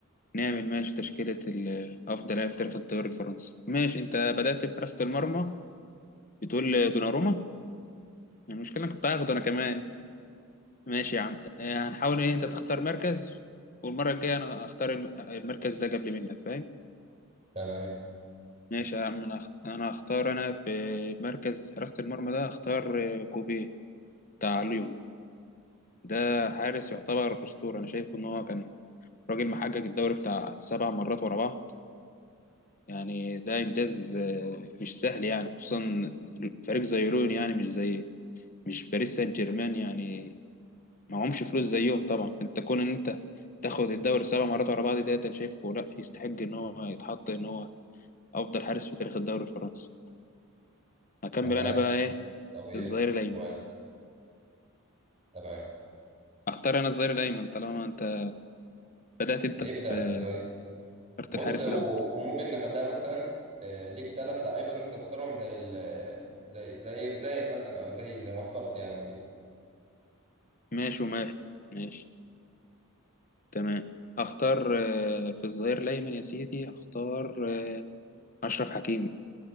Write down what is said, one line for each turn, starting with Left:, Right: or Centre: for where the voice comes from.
Left: نعمل ماشي تشكيلة ال- أفضل لاعب في تاريخ الدوري الفرنسي ماشي أنت بدأت بحراسة المرمى بتقول دوناروما المشكلة أنا كنت هاخده أنا كمان ماشي يا عم آه، هنحاول إيه أنت تختار مركز والمرة الجاية أنا أختار الم- المركز ده قبل منك فاهم
Right: تمام
Left: ماشي يا عم أنا هخت- أنا هختار أنا في مركز حراسة المرمى ده هختار آه، كوبي بتاع ليون ده حارس يعتبر أسطورة أنا شايف إن هو كان راجل محقق الدوري بتاع سبع مرات ورا بعض يعني ده إنجاز آه، مش سهل يعني خصوصا فريق زي لون يعني مش زي مش باريس سان جيرمان يعني ما معهمش فلوس زيهم طبعا فأنت كون إن أنت تاخد الدوري سبع مرات ورا بعض ديت أنا شايفه لا يستحق إن هو يتحط إن هو أفضل حارس في تاريخ الدوري الفرنسي هكمل
Right: تمام
Left: أنا بقى إيه
Right: طبيعي
Left: الظهير الأيمن
Right: كويس تمام
Left: أختار أنا الظهير الأيمن طالما أنت بدأت أنت
Right: ابدأ
Left: في
Right: في ازاي
Left: اخترت
Right: بص
Left: الحارس
Right: و...
Left: الأول
Right: وممكن نخليها مثلا آه، ليك ثلاث لعيبه اللي انت تختارهم زي ال... زي زي زيك مثلا او زي زي ما اخترت يعني وكده
Left: ماشي وماله ماشي تمام أختار آه، في الظهير الأيمن يا سيدي أختار آه، أشرف حكيمي